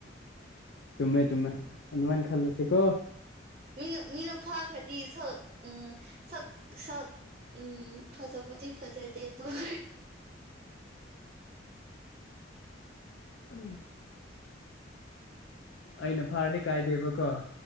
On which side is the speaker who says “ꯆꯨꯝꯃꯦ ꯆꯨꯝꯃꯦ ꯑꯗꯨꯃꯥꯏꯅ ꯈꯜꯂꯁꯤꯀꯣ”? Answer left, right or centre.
Left